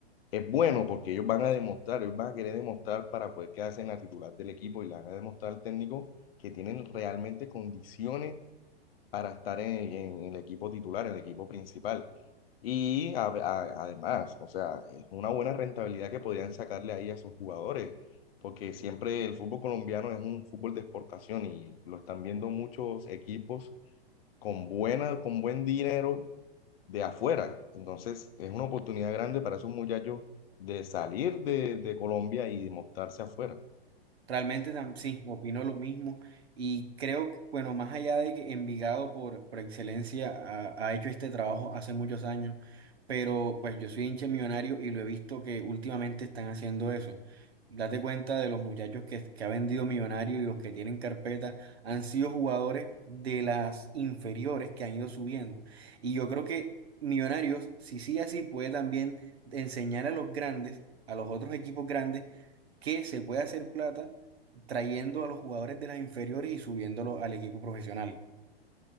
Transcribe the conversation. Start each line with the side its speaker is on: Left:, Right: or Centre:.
Left: es bueno porque ellos van a demostrar, ellos van a querer demostrar para poder quedarse en la titular del equipo y le van a demostrar al técnico que tienen realmente condiciones para estar en, en el equipo titular, en el equipo principal. Y a- a- además, o sea, es una buena rentabilidad que podrían sacarle ahí a esos jugadores, porque siempre el fútbol colombiano es un fútbol de exportación y lo están viendo muchos equipos con buena, con buen dinero de afuera. Entonces, es una oportunidad grande para esos muchachos de salir de, de Colombia y de mostrarse afuera.
Right: Realmente tam- sí, opino lo mismo y creo que, bueno, más allá de que Envigado por, por excelencia ha, ha hecho este trabajo hace muchos años, pero pues yo soy hincha de millonario y lo he visto que últimamente están haciendo eso. Date cuenta de los muchachos que, que ha vendido Millonario y los que tienen carpeta han sido jugadores de las inferiores que han ido subiendo. Y yo creo que Millonarios, si sigue así, puede también enseñar a los grandes, a los otros equipos grandes, que se puede hacer plata trayendo a los jugadores de las inferiores y subiéndolos al equipo profesional.